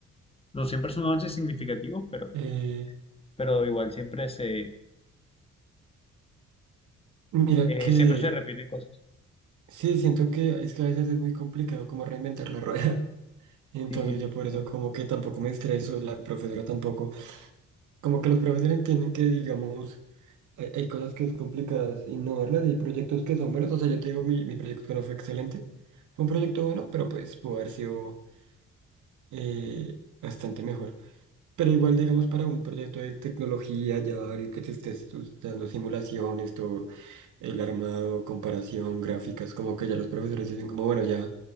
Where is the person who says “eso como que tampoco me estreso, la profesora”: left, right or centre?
Right